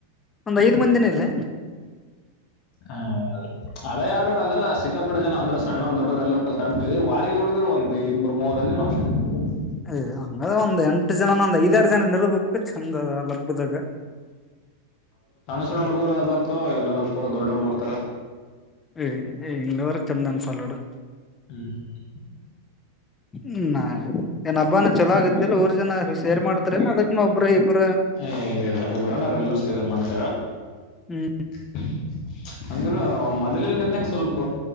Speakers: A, on the left; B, on the left.
A: ಒಂದ್ ಐದ್ ಮಂದಿನ ಇಲ್ಲ
B: ಹ್ಮ ಅ ಅದೇ ಆಡೋರು ಅದ್ರ ಸಿಕ್ಕಾಪಟ್ಟ ಜನ ಅಂದ್ರ ಸಣ್ಣವ್ರ ದೊಡ್ಡೋರು ಎಲ್ಲರ್ ಕಲ್ತಿ ಆಡ್ತಿದ್ವಿ, ವಾರಗಿ ಹುಡ್ಗರು ಒಂದ್ ಇಬ್ರು ಮೂವರು ಅದಿವ ನಾವ್ ಅಷ್ಟೆ, -
A: ಹ್ ಹಂಗಅದ್ರ ಒಂದ ಎ <unintelligible> ಎಂಟ ಜನನೊಂದ ಐದಾರು ಜನ ನ ಇರ ಬೆಕ್ ಚೆಂದ ಅದ.
B: ಹುಡ್ಗುರು ಆ ಬರ್ತ ಇಲ್ಲಾ ಅಂದರ ನಮ್ಮ್ಕಿನ್ನ ಪೂರ ದೊಡ್ಡೋರು ಬರ್ತಾರ.
A: ಹಿಂಗ ಅದರ ಚಂದಾ ಅನಸಾಲ ನೋಡು.
B: ಹ್ಮ್,
A: ಹ್ಮ, ಏನ್ ಹಬ್ಬಾನ ಚೊಲೋ ಆಗತ್ತೆ ಇಲ್ಲ ಊರ್ ಜನ ಸೇರ್ ಮಾಡ, ಅದಕನು ಒಬ್ಬರಇಬ್, -
B: ಹೇ, ಇಲ್ಲ ಇಲ್ಲ ಊರನಾರ ಎಲ್ಲರೂ ಸೇರಿ. ಕರೆ ಮಾಡ್ತಾರಾ
A: ಹ್ಮ್
B: <unintelligible> <inaudible> ಅಂದರು ಮ <unintelligible> <inaudible> ಮೋದಲ್ಲಿ ನ್ ಗತನೆಸ್ವಲ್ಪ